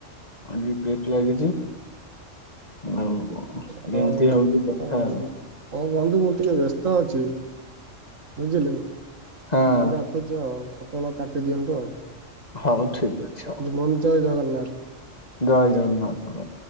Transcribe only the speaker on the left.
ହଁ ଜି ପି ଏସ୍ ଟି ଲାଗିଚି। ଆଉ ବ
ଗେମତି ହୋଉଚି କଥା।
ହଁ
ହଉ ଠିକ୍ ଅଛି। ହଉ
ଜୟ ଜଗନ୍ନାଥ ଭାଇ।